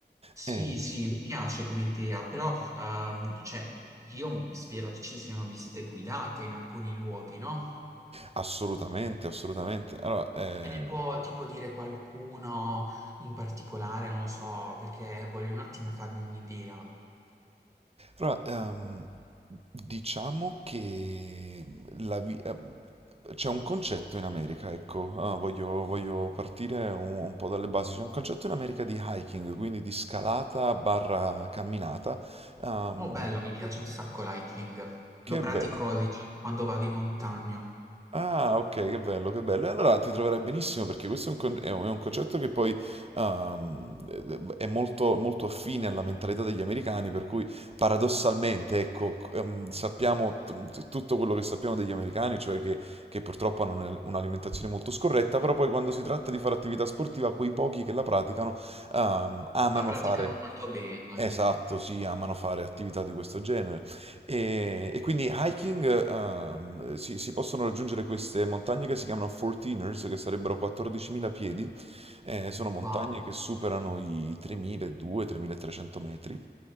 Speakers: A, on the right (about 20°); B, on the right (about 35°).
A: Sì,
B: Eh,
A: sì, mi piace come idea, però ehm, cioè, io spero che ci siano visite guidate in alcuni luoghi, no?
B: assolutamente, assolutamente. Allora, eh,
A: Me ne può tipo dire qualcuno in particolare, non lo so, perché voglio un attimo farmi un'idea.
B: Allora, ehm, diciamo che la vi- ehm, c'è un concetto in America, ecco, ah, voglio, voglio partire un, un po' dalle basi. C'è un concetto in America di hiking, quindi di scalata barra camminata, ehm,
A: Oh, bello, mi piace un sacco l'hiking.
B: che
A: Lo
B: è
A: pratico,
B: bello.
A: diciamo, quando vado in montagna.
B: Ah, ok, che bello, che bello. E allora ti troverai benissimo perché questo è un, con- è un- è un concetto che poi ehm, è molto, molto affine alla mentalità degli americani, per cui paradossalmente, ecco, c- ehm, sappiamo t- tutto quello che sappiamo degli americani, cioè che, che purtroppo hanno un'al- un'alimentazione molto scorretta, però poi quando si tratta di fare attività sportiva, quei pochi che la praticano ehm, amano
A: La praticano
B: fare...
A: molto bene.
B: Esatto, sì, amano fare attività di questo genere. E, e quindi hiking, ehm, si, si possono raggiungere queste montagne che si chiamano 14ers, che sarebbero 14.000 piedi. Eh, sono montagne
A: Wow,
B: che superano i 3.200-3.300 metri.